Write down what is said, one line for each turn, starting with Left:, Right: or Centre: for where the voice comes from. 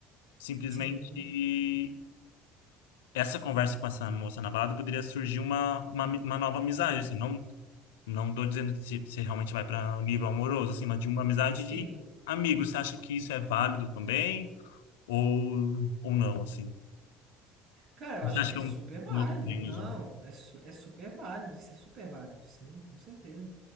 Left: simplesmente
Right: Sim,
Left: essa conversa com essa moça na balada poderia surgir uma, uma, uma nova amizade, assim, não Não tô dizendo que se- você realmente vai para nível amoroso, assim, mas de uma amizade
Right: sim.
Left: de amigos. Você acha que isso é válido também? Ou, ou não, assim?
Right: Cara,
Left: Você
Right: eu acho
Left: acha
Right: que
Left: que
Right: é
Left: é
Right: super
Left: um,
Right: válido.
Left: um outro tema
Right: Não,
Left: já?
Right: é, su- é super válido. Isso é super válido. Sim, com certeza.